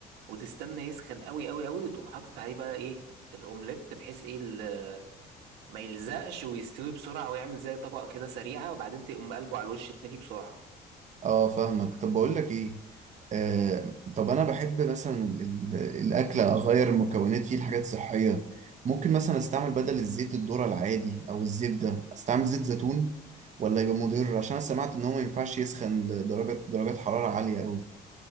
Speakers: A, on the right; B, on the right.
A: وتستنى يسخن قوي قوي قوي وتقوم حاطط عليه بقى ايه الاومليت بحيث ايه ال- ما يلزقش ويستوي بسرعة ويعمل زي طبقة كده سريعة وبعدين تقوم قلبه على الوش التاني بسرعة
B: اه فاهمك طب بقول لك ايه آه طب انا بحب مثلا ال- ال- الاكل اغير المكونات فيه لحاجات صحيه ممكن مثلا استعمل بدل الزيت الذره العادي او الزبده استعمل زيت زيتون ولا يبقى مضر عشان انا سمعت ان هو ما ينفعش يسخن لدرجه درجات حراره عاليه قوي